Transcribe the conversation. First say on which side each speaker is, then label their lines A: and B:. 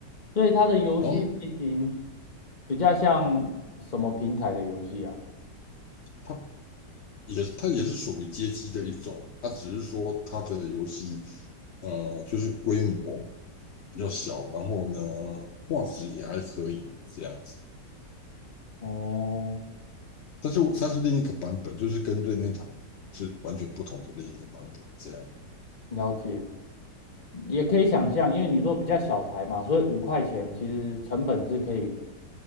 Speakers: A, on the left; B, on the left.
A: 所以它的游戏类型
B: 然后
A: 比较像什么平台的游戏啊？
B: 它也它也是属于街机的一种，它只是说它的游戏呃就是规模比较小，然后呢画质也还可以这样子。
A: 哦，
B: 但是它是另一个版本，就是跟任天堂是完全不同的另一个版本这样。
A: 了解。也可以想象，因为你说比较小台嘛，所以五块钱其实成本是可以